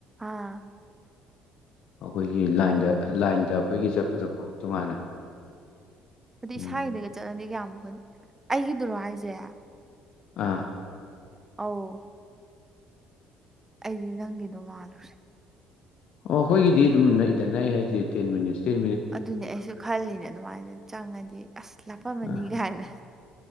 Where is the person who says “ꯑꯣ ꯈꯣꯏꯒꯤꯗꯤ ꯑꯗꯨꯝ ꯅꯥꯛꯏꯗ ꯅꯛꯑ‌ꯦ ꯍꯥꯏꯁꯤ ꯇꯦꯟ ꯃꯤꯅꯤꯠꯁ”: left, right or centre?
Left